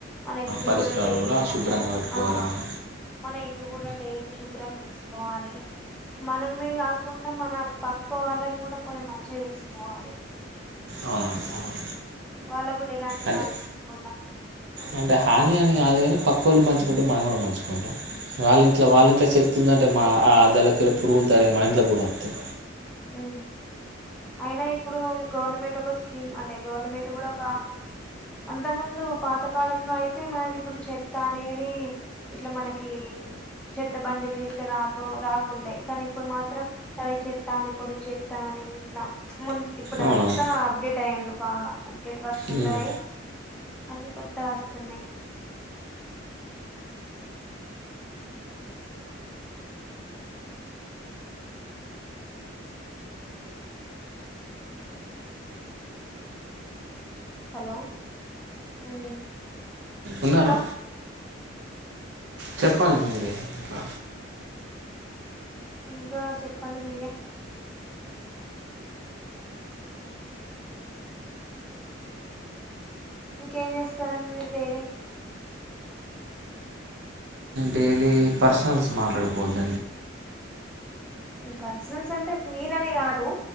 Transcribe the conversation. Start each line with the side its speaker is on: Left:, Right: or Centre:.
Centre: మన ఇల్లు
Right: పరిసరాలు
Centre: గూడా డైలీ
Right: కూడా
Centre: మంచిగా
Right: శుభ్రంగా పెట్టుకోవాలి
Centre: ఆ
Right: అవును
Centre: మన ఇల్ డైలీ శుభ్రం జేసుకోవాలే మనమే గాకుండా మన పక్క వాళ్ళని గూడా కొంచెం మంచిగా జూసుకోవాలె
Right: అవునండి అవునండి
Centre: వాళ్ళ గూడా ఎలాంటి
Right: అంటే
Centre: హానీ గాకుండా
Right: అంటే హాని అని గాదు గానీ పక్క వాళ్ళు మంచుకుంటే మనం కూడా మంచుకుంటాం వాళ్ళ ఇంట్లో వాళ్ళ ఇంట్లో చెప్తుందింటే మా ఆ దలకిళ్ళ పురుగులు తయ మన ఇంట్లో కూడా వతాయి
Centre: ఉ అయినా ఇప్పుడు గవర్నమెంట్ ఒక స్కీమ్ అంటే గవర్నమెంట్ కూడా ఒక అంత ముందు పాతకాలంలో అయితే మనకి ఇప్పుడు చెత్త అనేది ఇట్లా మనకి చెత్త బండిలు ఇట్లా రాకు రాకుండే కానీ ఇప్పుడు మాత్రం తడ చె త్తాని పొడి చేత్త అని ఇంట్లా ము ఇప్పుడు
Right: అవునవును
Centre: అంతా అప్డేట్ అయి్యండ్రు బాగా అప్డేట్ వర్షన్
Right: ఉమ్.
Centre: లో అయి అన్ని కొత్తగా వస్తున్నాయి్ హలో ఉ
Right: ఉన్నారా
Centre: ఇంకా
Right: చెప్పాలి మీరే ఇంకా
Centre: ఇంకా చెప్పండి మీరే ఇంకేం జేస్తారండి మీరు డైరీ
Right: డైలీ పర్సనల్స్ మాట్లాడుకోవద్ద
Centre: పర్సనల్స్ అంటే మీరని గాదు